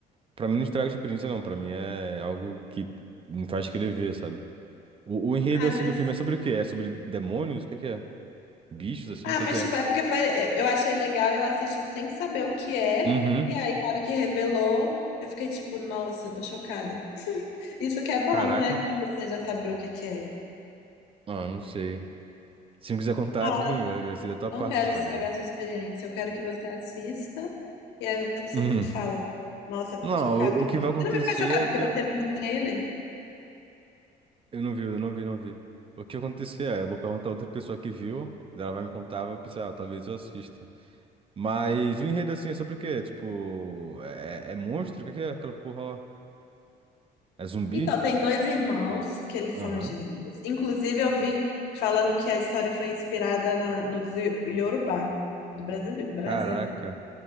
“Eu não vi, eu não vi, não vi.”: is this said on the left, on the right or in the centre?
Right